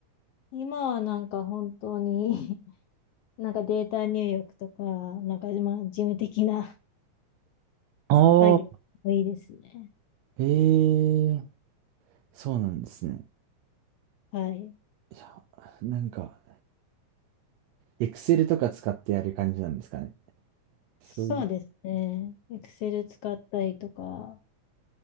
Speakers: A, on the left (about 70°); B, on the right (about 80°).
A: 今はなんか本当に <laughs> なんかデータ入力とか、なんかまあ事務的な
B: ああ。
A: 作業もいいですね。
B: ええ、そうなんですね。
A: はい。
B: いや、なんか、エクセルとか使ってやる感じなんですかね。そういう。
A: そうですね。Excel 使ったりとか、